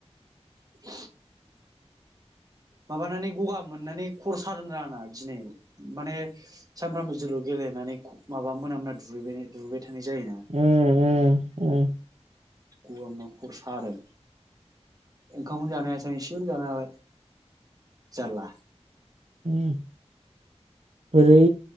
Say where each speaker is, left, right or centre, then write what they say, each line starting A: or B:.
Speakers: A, on the right; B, on the right.
A: <unintelligible> माबानानै गगा मोननानै खर सादों ब्रा आंना दिनै माने सानफ्रामबो जोलुर गेलेनानै माबा मोनामना दुगैबायना दुगैबाय थानाय जायोना
B: उम उम उम।
A: गगा मोनना खरसादों ओंखामखौनो जानो हायासै आं एसेल जानो हाबाय जारला।
B: उम बोरै